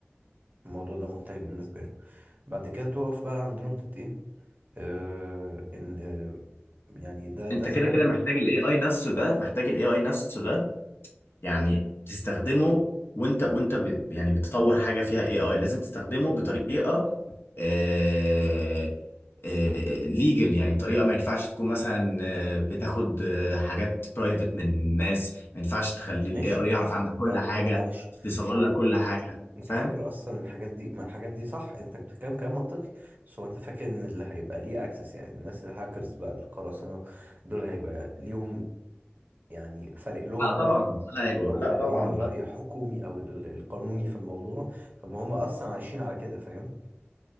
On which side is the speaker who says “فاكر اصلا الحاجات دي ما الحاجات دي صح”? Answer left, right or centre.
Right